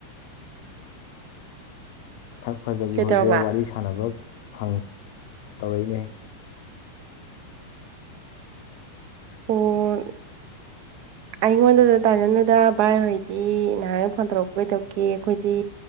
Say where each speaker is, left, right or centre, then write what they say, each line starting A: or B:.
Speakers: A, on the left; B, on the right.
A: ꯁꯛ ꯐꯖꯕꯤ
B: ꯀꯩꯗꯧꯔꯕ
A: ꯍꯣꯏꯖꯦ ꯋꯥꯔꯤ ꯁꯥꯟꯅꯕ ꯐꯪ ꯇꯧꯔꯛꯏꯅꯦ
B: ꯑꯣ ꯑꯩꯉꯣꯟꯗꯗ ꯇꯥꯏꯅꯅꯨꯗ ꯚꯥꯏ ꯍꯣꯏꯗꯤ ꯅꯍꯥꯟꯒꯩ ꯐꯣꯟ ꯇꯧꯔꯛꯄ ꯀꯩꯗꯧꯒꯦ ꯑꯩꯈꯣꯏꯗꯤ